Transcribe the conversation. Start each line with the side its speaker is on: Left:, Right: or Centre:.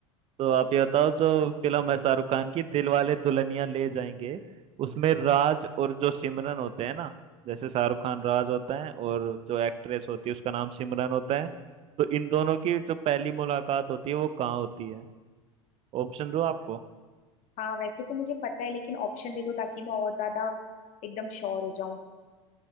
Right: तो आप
Left: अब
Right: ये बताओ जो फिल्म है शाहरुख खान की दिलवाले दुल्हनिया ले जाएंगे उसमें राज और जो सिमरन होते हैं ना जैसे शाहरुख खान राज होता है और जो एक्ट्रेस होती है उसका नाम सिमरन होता है तो इन दोनों की जो पहली मुलाकात होती है वो कहाँ होती है ऑप्शन दो आपको
Left: हाँ वैसे तो मुझे पता है लेकिन ऑप्शन दे दो ताकि मैं और ज्यादा एकदम श्योर हो जाऊं